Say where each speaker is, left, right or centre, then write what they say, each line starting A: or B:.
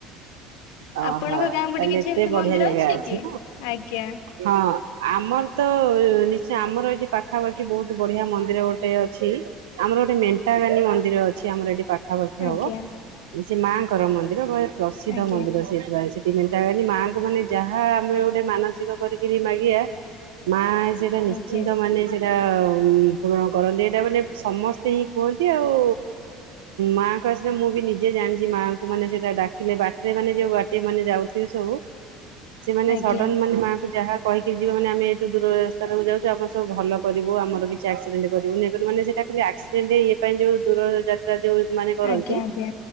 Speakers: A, on the right; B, on the left.
A: ଓହୋ
B: ଆପଣଙ୍କ ଗାଁ ପଟେ
A: ତାହଲେ
B: କିଛି
A: ଏତେ
B: ଏମିତି
A: ବଢିଆ
B: ମନ୍ଦିର
A: ଜାଗା ଅଛି
B: କି? ଆଜ୍ଞା
A: ନା ହଁ ଆମର ତ ନି୍ଚ ଆମର ଏଠି ପାଖାପାଖି ବହୁତ ବଢିଆ ମନ୍ଦିର ଗୋଟେ ଅଛି ଆମ ଗୋଟେ ମେଣ୍ଟାଗାନି ମନ୍ଦିର ଅଛି। ଆମର ଏଠି ପାଖ ପାଖାପଖିଆ
B: ଆଜ୍ଞା
A: ହବ ସେ ମା ମନ୍ଦିର ବେ ପ୍ରସିଦ୍ଧ
B: ଆଜ୍ଞା
A: ମନ୍ଦିର ସେଠୁ ସେଠି ମେନ୍ତା ଗଣିମାଙ୍କୁ ମାନେ ଯାହା ଆମେ ଗୋଟେ ମାନସିକ କରିକିରି ମାଗିବା ମା ସେଇଟା ନିଶ୍ଚିନ୍ତ
B: ଆଜ୍ଞା
A: ମାନେ ଟା ପୂରଣ କରନ୍ତି ଏଇଟା ମାନେ ସମସ୍ତେ ହିଁ କୁହନ୍ତି। ଆଉ ମାଙ୍କ ଆସିଲା ମୁଁ ବି ନିଜେ ଜାଣିଛି ମା-' ମାନେ ସେଇଟା ଡାକିଲେ ବାଟରେ ମାନେ ଯୋଉ ବାଟେ ମାନେ ଯାଉଥିବେ। ସବୁ ସେମାନେ
B: ଆଜ୍ଞା
A: ସଡନ ମାନେ ମାଆଙ୍କୁ ଯାହା କହିକିରି ଯିବା ମାନେ ଆମେ ଏଇଠୁ ଦୂର ରାସ୍ତତାକୁ ଯାଉଛ ଆମ ସବୁ ଭଲ କରିବୁ ଆମର କିଛିକ୍ସିଡେଣ୍ଟ କରିବୁନି। ମାନେ ସେଟାଲି ଆକ୍ସିେଣ୍ଟଇ ପାଇଁ ଯଉ ଦୂରଯାତ୍ରା ଯଉ ମାନେ କରନ୍ତି
B: ଆଜ୍ଞା ଆଜ୍ଞା